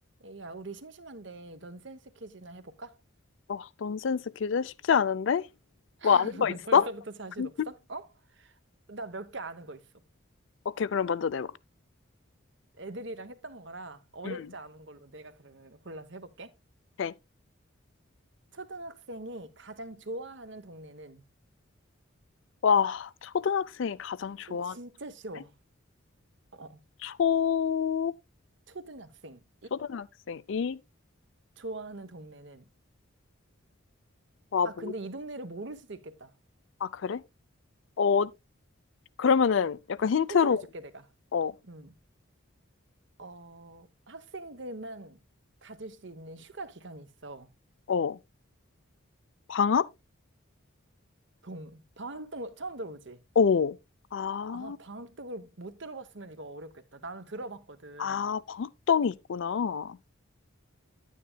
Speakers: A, on the right; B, on the left.
A: 에이야, 우리 심심한데 넌센스 퀴즈나 해볼까?
B: 와, 넌센스 퀴즈 쉽지 않은데? 뭐
A: <laughs>
B: 아는 거 있어?
A: 벌써부터 자신
B: <laughs>
A: 없어? 어? 나 몇 개 아는 거 있어.
B: 오케이, 그럼 먼저 내봐.
A: 애들이랑 했던 거라 어렵지
B: 응.
A: 않은 걸로 내가 그러면 골라서 해볼게.
B: 오케이.
A: 초등학생이 가장 좋아하는 동네는
B: 와, 초등학생이 가장 좋아하는
A: 진짜 쉬워.
B: 노래?
A: 어,
B: 초,
A: 초등학생이
B: 초등학생이,
A: 좋아하는 동네는
B: 와,
A: 아,
B: 뭐,
A: 근데 이 동네를 모를 수도 있겠다.
B: 아, 그래? 어, 그러면은 약간 힌트로,
A: 힌트를 줄게, 내가.
B: 어,
A: 음. 어, 학생들만 가질 수 있는 휴가 기간이 있어.
B: 어, 방학?
A: 동. 반동 처음 들어보지?
B: 어, 아,
A: 아, 방학독을 못 들어봤으면 이거 어렵겠다. 나는 들어봤거든.
B: 아, 방학동이 있구나.